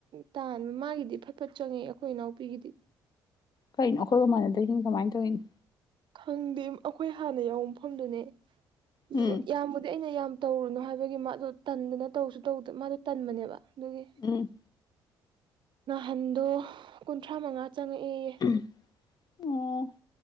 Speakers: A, on the right (about 55°); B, on the left (about 45°).
A: ꯇꯥꯟꯕ ꯃꯥꯒꯤꯗꯤ ꯐꯠ ꯐꯠ ꯆꯪꯉꯛꯑꯦ ꯑꯩꯈꯣꯏ ꯏꯅꯥꯎꯄꯤꯒꯤꯗꯤ꯫
B: ꯀꯩꯅꯣ ꯑꯩꯈꯣꯏꯒ ꯃꯥꯟꯅꯗꯩꯁꯤꯅ ꯀꯃꯥꯏꯅ ꯇꯧꯋꯤꯅꯣ꯫
A: ꯈꯪꯗꯦ ꯑꯈꯣꯏ ꯍꯥꯟꯅ ꯌꯥꯎꯕ ꯃꯐꯝꯗꯨꯅꯦ ꯑꯗꯨꯒ
B: ꯎꯝ
A: ꯌꯥꯝꯕꯨꯗꯤ ꯑꯩꯅ ꯌꯥꯝ ꯇꯧꯔꯨꯅꯨ ꯍꯥꯏꯕꯒꯤ ꯃꯥꯗꯣ ꯇꯟꯗꯅ ꯇꯧꯁꯨ ꯇꯧꯗꯦ ꯃꯥꯗꯣ ꯇꯟꯕꯅꯦꯕ ꯑꯗꯨꯒꯤ꯫
B: ꯎꯝ
A: ꯅꯍꯥꯟꯗꯣ ꯀꯨꯟꯊ꯭ꯔꯥ ꯃꯉꯥ ꯆꯪꯉꯛꯑꯦꯌꯦ꯫
B: ꯑꯣ꯫